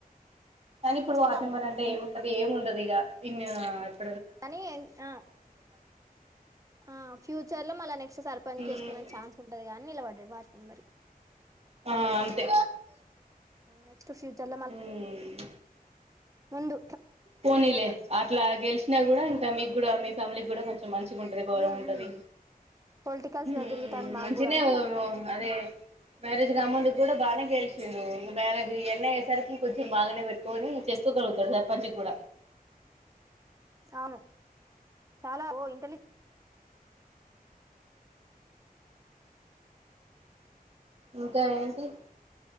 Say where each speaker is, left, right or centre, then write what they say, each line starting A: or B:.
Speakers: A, on the right (about 40°); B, on the right (about 20°).
A: కానీ ఇప్పుడు
B: first
A: ward
B: ward
A: number
B: member
A: అంటే ఏముంటది ఏమున్ ప్రతిగా <unintelligible>
B: కానీ ఆ ఆ ఫ్యూచర్ లో మళ్ళ నెక్స్ట్ సర్పంచ్
A: మ్మ్
B: చేసుకుందాం ఛాన్స్ ఉంటది గానీ నిలబడ్ యదార్ధం మరి
A: ఆ అంతే
B: నెక్స్ట్ ఫ్యూచర్
A: మ్మ్
B: ఉండు
A: పోనీలే అట్లా గెలిచి నా గూడా ఇంకా మీ గూడా మీ ఫ్యామిలీ గూడా కొంచెం మంచిగుంటది గౌరవం
B: మ్మ్
A: ఉంటది
B: మ్మ్ పొలిటికల్స్
A: మ్
B: వేళ తిరుగుతాంది మాకు
A: మంచినే
B: కూడా అని
A: అదే మ్యారేజ్ గాముందుకు గూడా బానే ఇగ మ్యారేజ్ ఇయన్ని అయ్యేసరికి కొంచెం బాగానే పెట్టుకొని చేసుకోగలుగుతాడు దన్ పచ్చి గూడ
B: అవును చాలా ఓ ఇంటెలిజె
A: ఇంకా ఏంటి